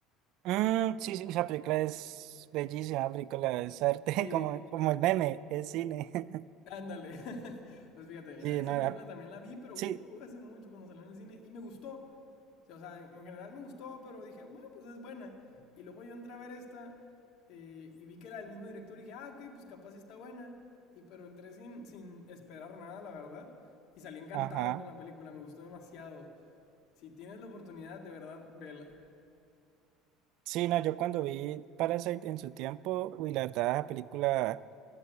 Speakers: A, on the right (about 65°); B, on the left (about 60°).
A: Mm, sí, sí, esa película es
B: Sí,
A: bellísima, la película es arte,
B: Sí,
A: <laughs> como, como el meme, es cine. <laughs>
B: Ándale. <laughs> Pues fíjate, mira,
A: Sí,
B: esa
A: no,
B: película
A: la-
B: también la vi, pero
A: sí,
B: uh, hace mucho cuando salió en el cine y me gustó. O sea, en, en general me gustó, pero dije, bueno, pues es buena. Y luego yo entré a ver esta eh, y vi que era el mismo director y dije, ah, ok, pues capaz sí está buena. Y pero entré sin, sin esperar nada, la verdad. Y salí encantado
A: ajá.
B: con la película, me gustó demasiado. Si tienes la oportunidad, de verdad, vela.
A: Sí, no, yo cuando vi Parasite en su tiempo, uy, la verdad, la película,